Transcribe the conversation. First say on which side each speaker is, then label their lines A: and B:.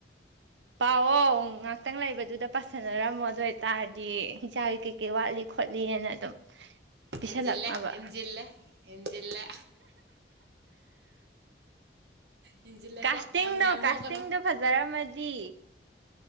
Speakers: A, on the right; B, on the right.
A: ꯄꯥꯎꯑꯣ ꯉꯥꯛꯇꯪ ꯂꯩꯕꯗꯨꯗ ꯄꯥꯁꯟꯅꯔꯝꯃꯣ ꯑꯗꯨ ꯑꯣꯏ ꯇꯥꯔꯗꯤ ꯏꯆꯥꯒꯤ ꯀꯩꯀꯩ ꯋꯥꯠꯂꯤ ꯈꯣꯠꯂꯤꯑꯅ ꯑꯗꯨꯝ ꯄꯤꯁꯜꯂꯛꯅꯕ
B: ꯍꯦꯟꯖꯤꯜꯂꯦ ꯍꯦꯟꯖꯤꯜꯂꯦ ꯍꯦꯟ ꯍꯤꯟꯖꯤꯜꯂꯦ ꯍꯤꯟꯖꯤꯜꯂꯦꯀꯣ
A: ꯀꯥꯁꯇꯤꯡꯗꯣ
B: ꯌꯥꯝ ꯌꯥꯝ
A: ꯀꯥꯁꯇꯤꯡꯗꯣ
B: ꯅꯣꯛꯀꯅꯣ
A: ꯐꯖꯔꯝꯃꯗꯤ